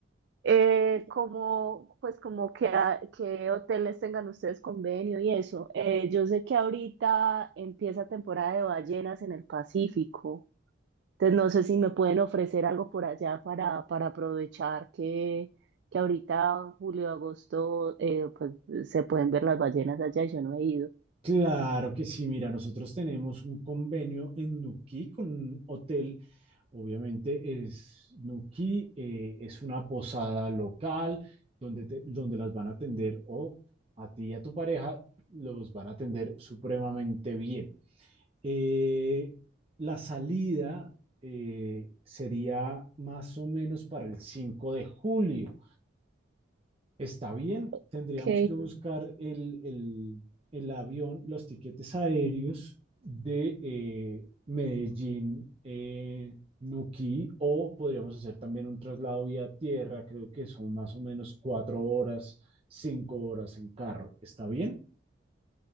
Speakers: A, on the right; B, on the right.
A: eh, como, pues como que, a- que hoteles tengan ustedes convenio y eso. Eh, yo sé que ahorita empieza temporada de ballenas en el Pacífico. Entonces, no sé si me pueden ofrecer algo por allá para, para aprovechar que, que ahorita, julio, agosto, eh, pues se pueden ver las ballenas allá y yo no he ido.
B: Claro que sí, mira, nosotros tenemos un convenio en Nuquí con un hotel, obviamente es Nuquí, eh, es una posada local donde, te- donde las van a atender o a ti y a tu pareja los van a atender supremamente bien. Eh, la salida eh, sería más o menos para el 5 de julio. Está bien, tendríamos
A: Ok.
B: que buscar el, el- el avión, los tiquetes aéreos de eh, Medellín, eh, Nuquí, o podríamos hacer también un traslado vía tierra, creo que son más o menos cuatro horas, cinco horas en carro. ¿Está bien?